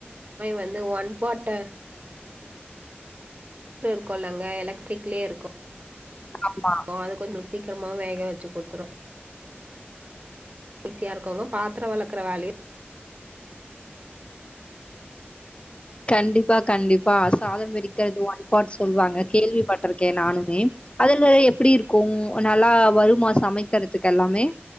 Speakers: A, on the right; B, on the left.
A: வந்து ஒன்ப்பட்ட இருக்கும்ல்லங்க எலக்ட்ரிக்லயே இருக்கும்
B: ஆமா
A: அது கொஞ்சம்ளுக்கு சீக்கிரமா வேக வச்சு குடுத்துரும் ஈஸியா இருக்கங்க பாத்திரம் வளர்க்குற வேலையும்
B: கண்டிப்ப கண்டிப்பா ப்ப சாதம் வெடிக்கிறது ஒன்பாட் சொல்லுவாங்க கேள்விப்பட்ட இருக்கேன் நானுமே அதுல எப்படி இருக்கும் நல்லா வருமாசம் அமைக்கிறதுக்கு எல்லாமே